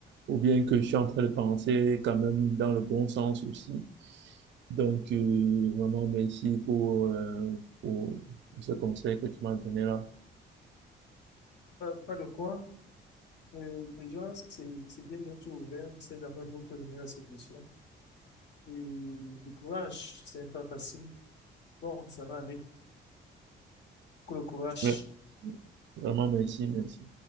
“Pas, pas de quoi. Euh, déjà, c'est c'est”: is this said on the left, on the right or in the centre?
Left